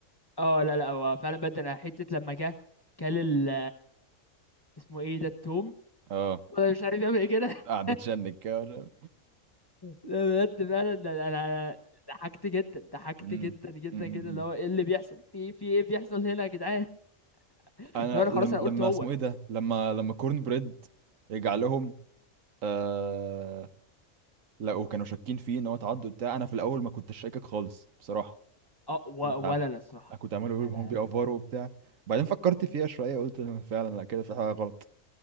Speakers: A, on the left; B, on the right.
A: اه لا لا هو فعلا بدأ حتة لما جه كل ال اسمه ايه ده التوم
B: اه
A: انا مش عارف يعمل ايه كده
B: قاعد
A: <laughs>
B: يتشنج كده ولا-
A: لا بجد فعلا ده انا أنا ضحكت جدا ضحكت
B: مم.
A: جدا جدا
B: مم.
A: جدا
B: مم.
A: اللي هو ايه اللي بيحصل في في ايه بيحصل هنا يا جدعان <laughs>
B: انا
A: لو انا
B: لم...
A: خلاص انا
B: لما
A: قلت هو
B: اسمه ايه ده لما لما كورن بريد رجع لهم آه... لقوا كانوا شاكين فيه ان هو تعدوا بتاع انا في الاول ما كنتش شاكك خالص بصراحه
A: اه و-
B: كنت عم...
A: ولا لا الصراحة
B: كنت عمال اقول
A: انا
B: هم بيأفوروا وبتاع بعدين فكرت فيها شويه قلت فعلا لا كده في حاجه غلط